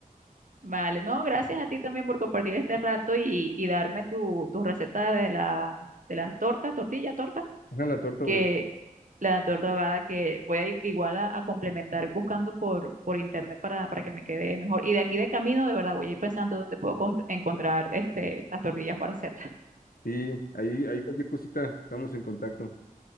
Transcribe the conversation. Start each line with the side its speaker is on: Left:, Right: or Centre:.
Right: Vale, no, gracias a ti también por compartir este rato y, y darme tu, tu receta de la, de la torta, tortilla, torta.
Left: Ojalá la torta
Right: que
Left: ahogada.
Right: la torta ahogada que voy a i- igual a, a complementar buscando por, por internet para, para que me quede mejor. Y de aquí de camino, de verdad, voy a ir pensando dónde puedo con- encontrar este, las tortillas para hacerlas. <laughs>
Left: Sí, ahí, ahí cualquier cosita, estamos en contacto.